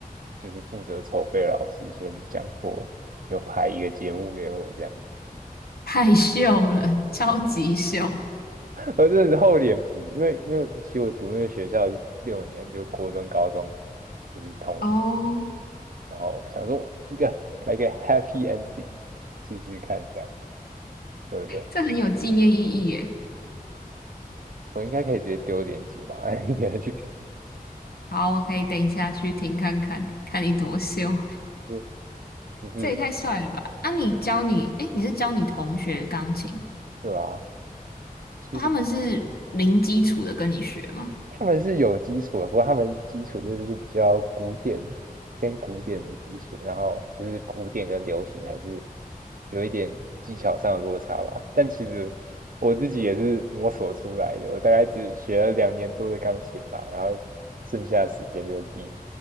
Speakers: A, on the right (about 65°); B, on the left (about 80°).
A: 就是负责筹备的老师先讲过，有拍一个节目给我这样，
B: <laughs> 太秀了，超级秀，
A: <laughs> 我真的是厚脸皮，因为因为其实我读那个学校六年，就国中、高中就是同，
B: 哦，
A: 然后我想说一个来个 Happy Ending 试试看这样，所以我就
B: 这很有纪念意义耶。
A: 我应该可以直接丢链接吧，<laughs> 哎，你还去看
B: 好，我可以等一下去听看看，看你多秀，
A: 就就是
B: 这也太帅了吧！啊，你教你，诶，你是教你同学钢琴，
A: 对吧、其实
B: 他们是零基础的跟你学吗？
A: 他们是有基础的，不过他们基础就是比较古典，偏古典的基础，然后就是古典跟流行还是有一点技巧上的落差吧。但其实我自己也是摸索出来的，我大概只学了两年多的钢琴吧，然后剩下的时间就是地